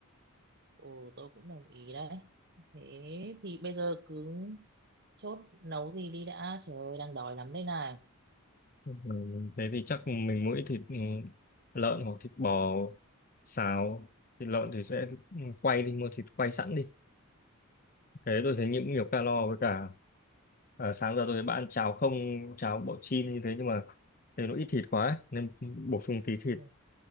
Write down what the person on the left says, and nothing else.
ừ. thế thì chắc mình mỗi thịt ừ, lợn hoặc thịt bò xào thịt lợn thì sẽ ừ, quay đi mua thịt quay sẵn đi thế tôi thấy những nhiều calo với cả à, sáng giờ tôi thấy bạn ăn cháo không cháo bọ chin như thế nhưng mà thấy nó ít thịt quá ấy, nên bổ sung tí thịt